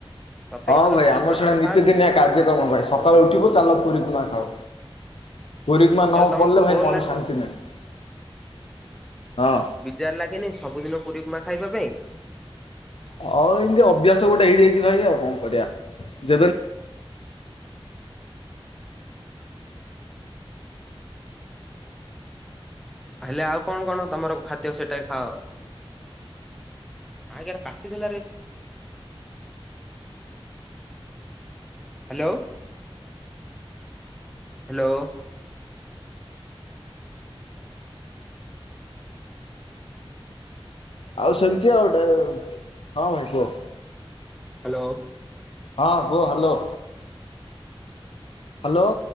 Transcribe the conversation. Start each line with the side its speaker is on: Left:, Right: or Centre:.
Centre: ପ୍ରତ୍ୟେକ
Left: ହଁ
Centre: ଦିନ
Left: ଭାଇ
Centre: ପୁରୀ
Left: ଆମର
Centre: ଉପମା ତମେ
Left: ସେ ନୀତି
Centre: ଖାଅ କି?
Left: ଦିନି କାର୍ଯ୍ୟକ୍ରମ ପାଇଁ ସକାଳେୁ ଉଠିବୁ ଚାଲ ପୁରୀକୁ ମା ଖାଅ। ପୁରୀ ଉପମା ନ
Centre: ହେଲେ ତମକୁ
Left: ପଲଲେ ଭାଇ
Centre: ବୋର
Left: ମନ
Centre: ଲା
Left: ଶାନ୍ତି ନାହିଁ ହଁ।
Centre: ଜାର ଲାଗେନି ସବୁଦିନ ପୁରୀ ଉପମା ଖାଇବା ପାଇଁ?
Left: ହଉ ଏଇମତି ଅଭ୍ୟାସ ଗୋଟେ ହେଇଯାଇଛି ଭାଇ ଆଉ କଣ କରିବା ଯେବେ
Centre: ହେଲେ ଆଉ କଣ କଣ ତମର ଖାଦ୍ୟ ସେଟା ଖାଅ? !!!! ହ୍ୟାଲୋ। ହ୍ୟାଲୋ।
Left: ଆଉ ସେମିତି ଆଉ ଟେ ହଁ ଭାଇ କୁହ।
Centre: ହ୍ୟାଲୋ।
Left: ହଁ କୁହ ହ୍ୟାଲୋ। ହ୍ୟାଲୋ।